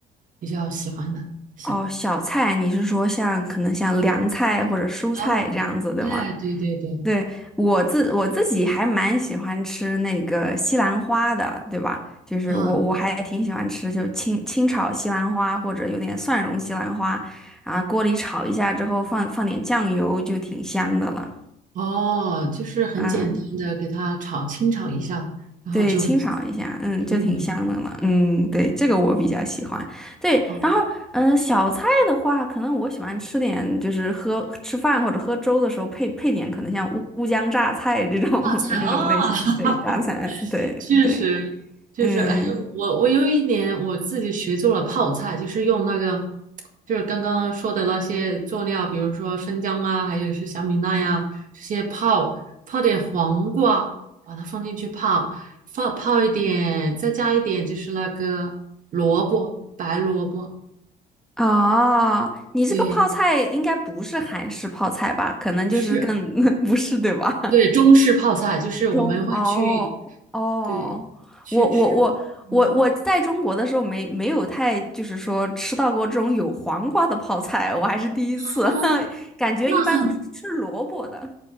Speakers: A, on the right; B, in the centre.
A: 比较喜欢的小？
B: 哦，小菜，你是说像可能像凉菜或者蔬菜这样子，
A: 啊，
B: 对吗？
A: 哎，对对对，
B: 对，我自我自己还蛮喜欢吃那个西兰花的，对吧？就是我我还挺喜欢吃，
A: 啊，
B: 就清清炒西兰花或者有点蒜蓉西兰花，啊，锅里炒一下之后放放点酱油就挺香的了。
A: 哦，就是很简单的给它炒，
B: 嗯，
A: 清炒一下，然后就很香。
B: 对，清炒一下，嗯，就挺香的了，
A: 嗯，
B: 嗯，对，这个我比较喜欢。对，
A: 哦，
B: 然后，嗯、小菜的话，可能我喜欢吃点，就是喝吃饭或者喝粥的时候配配点，可能像乌乌江榨菜这种 <laughs>
A: 大菜啊，
B: 这种类型，
A: <laughs>
B: 对，榨菜，对对，
A: 确实，就是，
B: 嗯，
A: 哎，嗯我我有一年我自己学做了泡菜，就是用那个，就是刚刚说的那些佐料，比如说生姜啊，还有是小米辣呀、这些泡，泡点黄瓜，把它放进去泡，放泡一点，再加一点就是那个萝卜，白萝卜，
B: 哦，你这个泡菜应该不是韩式泡菜吧？
A: 对，
B: 可能就是更
A: 不是，
B: <laughs> 不是，对吧？
A: 对，中式泡菜，就是我们会去，
B: 中哦哦，
A: 对，去吃，
B: 我我我我我在中国的时候没没有太就是说吃到过这种有黄瓜的泡菜，
A: 嗯。
B: 我还是第一次，
A: 啊，
B: <laughs> 感觉一般都是吃萝卜的。
A: 那很